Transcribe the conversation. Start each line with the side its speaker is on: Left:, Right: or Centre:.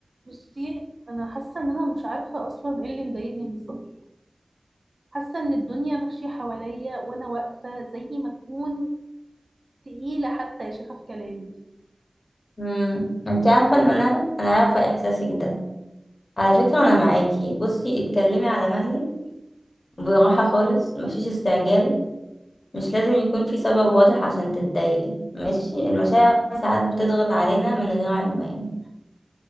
Right: بصي انا حاسه ان انا مش عارفه اصلا ايه اللي مضايقني بالظبط حاسه ان الدنيا ماشيه حواليا وانا واقفه زي ما اكون تقيله حتى يا شيخه في كلامي
Left: امم انت عارفه ان انا انا عارفه احساسك ده على فكره انا معاكي بصي اتكلمي على مهلك براحه خالص مفيش استعجال مش لازم يكون في سبب واضح عشان تتضايقي ماشي المشاعر ساعات بتضغط علينا من غير عنوان